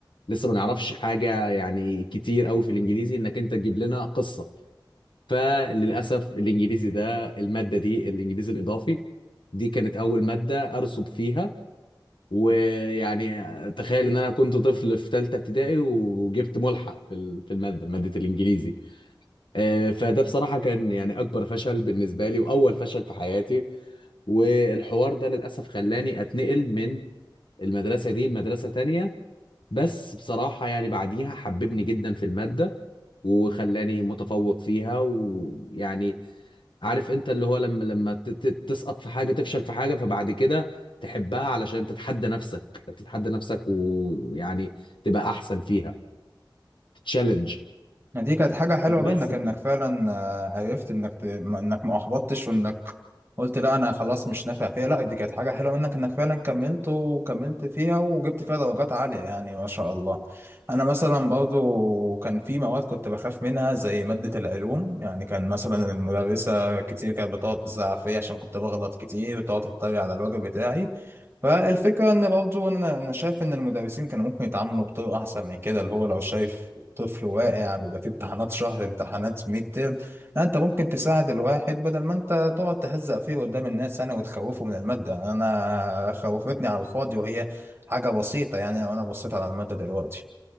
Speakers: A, on the left; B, on the right.
A: لسه ما نعرفش حاجه يعني كتير قوي في الانجليزي انك انت تجيب لنا قصه فللاسف الانجليزي ده الماده دي الانجليزي الاضافي دي كانت اول ماده ارسب فيها ويعني تخيل ان انا كنت طفل في ثالثه ابتدائي وجبت ملحق في ال- في الماده ماده الانجليزي آه، فده بصراحه كان يعني اكبر فشل بالنسبه لي واول فشل في حياتي والحوار ده للاسف خلاني اتنقل من المدرسه دي لمدرسه تانية بس بصراحه يعني بعديها حببني جدا في الماده وخلاني متفوق فيها ويعني عارف انت اللي هو لما لما ت- ت- تسقط في حاجه تفشل في حاجه فبعد كده تحبها علشان تتحدى نفسك تتحدى نفسك ويعني تبقى احسن فيها تتشالنج
B: ما دي كانت حاجة حلوة
A: بس
B: منك
A: كده.
B: انك فعلا آه، عرفت انك ت... ما- انك ما احبطتش وانك قلت لا انا خلاص مش نافع فيها لا دي كانت حاجة حلوة منك انك فعلا كملت وكملت فيها وجبت فيها درجات عالية يعني ما شاء الله انا مثلا برضو كان في مواد كنت بخاف منها زي مادة العلوم يعني كان مثلا المدرسة كتير كانت بتقعد تزعق فيا عشان كنت بغلط كتير وتقعد تتريق على الواجب بتاعي فالفكرة ان برضه انا انا شايف ان المدرسين كانوا ممكن يتعاملوا بطريقة احسن من كده اللي هو لو شايف طفل واقع بيبقى فيه امتحانات شهر امتحانات ميد ترم لا انت ممكن تساعد الواحد بدل ما انت تقعد تهزق فيه قدام الناس انا وتخوفه من المادة انا خوفتني على الفاضي وهي حاجة بسيطة يعني لو انا بصيت على المادة دلوقتي